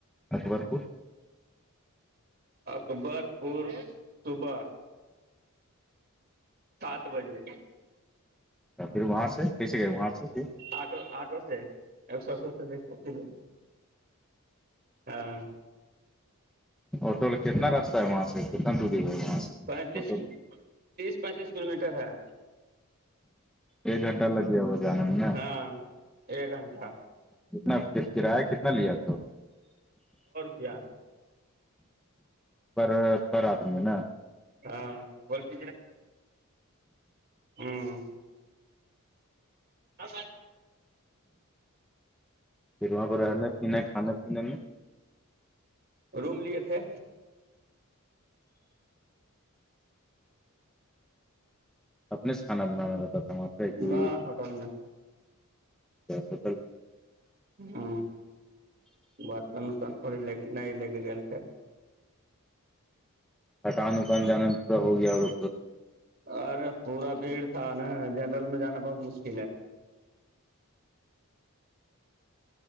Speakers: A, in the centre; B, on the right (about 45°).
A: اکبر پور
B: اکبر پور صبح سات بجے
A: پھر وہاں سے کیسے گئے وہاں سے پھر
B: آٹو آٹو سے ایک سو اسیی روپے لیے ہاں
A: آٹو کتنا رستہ ہے وہاں سے کتنا دوری ہے وہاں سے
B: پینتیس
A: آٹو
B: تیس پینتیس کلو میٹر ہے
A: ایک گھنٹہ لگ گیا ہوگا جانے میں نا
B: ہاں ایک گھنٹہ
A: کتنا کرایہ کتنا لیا تو
B: کیا
A: پر پراتھ میں نہ
B: ہاں بول <inaudible> ہوں اا <inaudible>
A: پھر وہاں پہ رہنے پینے کھانے پینے میں
B: روم لیے تھے
A: اپنے سے کھانا بنانا رہتا تھا وہاں پہ کہ
B: نہ ہوٹل میں
A: ہوٹل
B: ہ برتن ورتن تھوڑی نہیں لےکے گے تھے
A: تھکان وکان جانے میں پورا ہو گیا ہو
B: ارے پورا بھیڑ تھا نا جنرل میں جانا بہت مشکل ہے